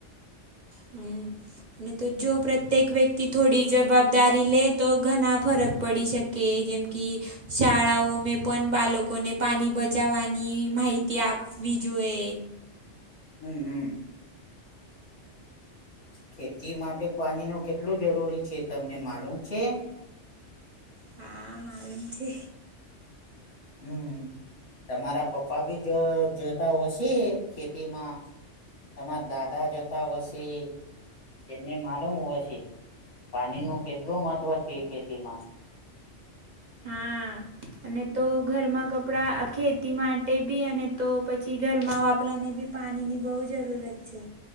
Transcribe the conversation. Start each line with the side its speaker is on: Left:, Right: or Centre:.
Right: હમ્મ. અને તો જો પ્રત્યેક વ્યક્તિ થોડી જવાબદારી લે તો ઘણા ફરક પડી શકે જેમ કે શાળાઓ મેં પણ બાળકોને પાણી બચાવવાની માહિતી આપ બીજોએ
Left: હમ હમ ખેતી માટે પાણી નું કેટલું જરૂરી છે તમને માલુમ છે
Right: હા માલુમ છે.
Left: હમ તમારા પપ્પા બી જ જ જતા હશે ખેતીમાં તમારા દાદા જતા હશે તેમને માલુમ હો છે પાણી નું કેટલું મહત્વ છે ખેતી માં.
Right: હા અને તો ઘરમાં કપ આપણા ખેતી માટે બી અને તો પછી ઘરમાં વાપરાને બી પાણીની બહુ જરૂરત છે